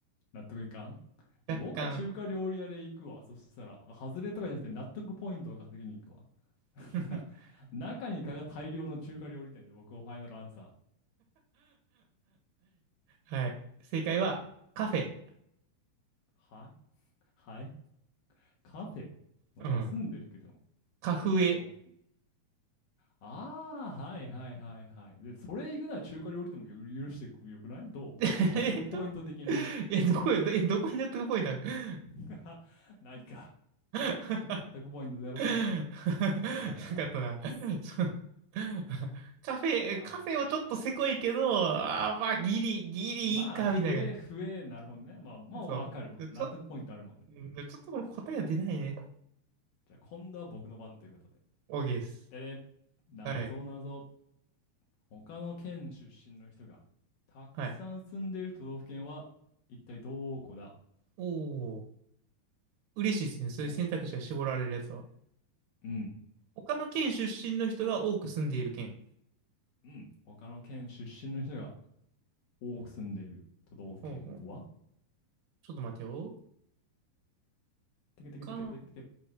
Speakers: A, on the left; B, on the right.
A: 納得いかんえ、
B: 若干
A: 僕は中華料理屋で行くわ。そしたら、あ外れとかじゃなくて納得ポイントを稼ぎに行くわ。<laughs>
B: <laughs>
A: 中に蚊が大量の中華料理店で僕はファイナルアンサ
B: はい。正解は、カフェ。
A: ー。はいはいカフェまあ、
B: うん。
A: 休んでるけど、
B: カフエ。
A: まあ、ああ、はいはいはいはい。で、それ行くなら中華料理店もよ許してくよくないどう納得ポイント的に。
B: <laughs> えっと、<laughs> え、どこ、え、どこに納得ポイントなる
A: <laughs> ないか。
B: <laughs>
A: 納得ポイント0点。
B: <laughs> な
A: しょうがないな。
B: かったな。そう。<laughs> カフェ、
A: まあ、
B: カフェはちょっとせこいけど、あーまあ、ギリ、ギリいいか、
A: まあ、増え、
B: みたいな。
A: 増え、なるほどね。まあ、まあ、
B: そう。
A: わかる。まあ、
B: ちょ、
A: 納得ポイントあるもんね。
B: うんちょっとこれ答えは出ないね。
A: じゃあ、今度は僕の番ということで。
B: OK です。
A: でね、なぞなぞ。
B: はい。
A: 他の県出身の人がたくさん住んでいる都道府県は一体どこだ
B: はい。おー。嬉しいですね。そういう選択肢が絞られるやつは。
A: ほか、うん、
B: 他の県出身の人が多く住んでいる県。
A: うん。他の県出身の人が多く住んでる都道府県は
B: ほうほう。ちょっと待てよ。
A: てけてけてけてけてけ。
B: 他の、